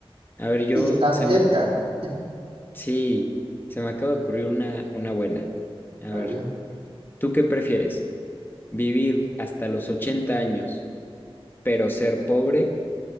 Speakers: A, on the left; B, on the right.
A: a ver, yo,
B: Y tan
A: se
B: cerca.
A: me, sí, se me acaba de ocurrir una, una buena. A
B: A
A: ver,
B: ver,
A: ¿tú qué prefieres? ¿Vivir hasta los 80 años, pero ser pobre